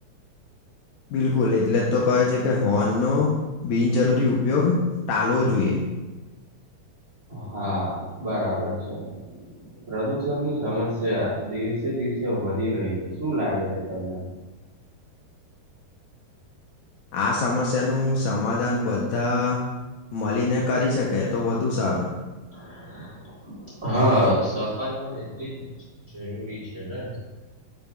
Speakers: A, on the left; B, on the right.
A: બિલકુલ એટલે તો કહે છે કે હોનનો બિનજરૂરી ઉપયોગ ટાલવો જોઈએ.
B: હા બરાબર છે. પ્રદુષણ ની સમસ્યા દિવસે દિવસે વધી રહી છે શું લાગે છે તમને <inaudible>
A: આ સમસ્યાનું સમાધાન બધા મળીને કરી શકે તો વધુ સારું.
B: <inaudible> હા સફાઈ પણ એટલી જ જરૂરી છે ને હ